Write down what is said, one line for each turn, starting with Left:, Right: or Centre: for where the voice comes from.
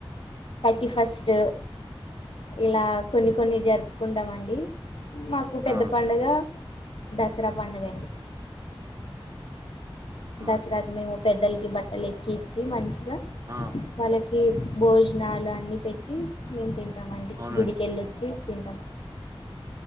Left: థర్టీ ఫస్ట్
Right: అవునండి.
Left: ఇలా కొన్ని కొన్ని జరుపుకుంటామ అండి మాకు పెద్ద
Right: ఆ! అండి.
Left: పండుగ దసరా పడుగండి
Right: ఆ!
Left: దసరాకి
Right: అండి.
Left: మేము పెద్దలకి బట్టలు ఎక్కించి మంచిగా
Right: ఆ!
Left: వాళ్ళకి భోజనాలు అన్నీ పెట్టి మేము తింటామ అండి
Right: అవునండి.
Left: గుడికెళ్ళొచ్చి తింటాం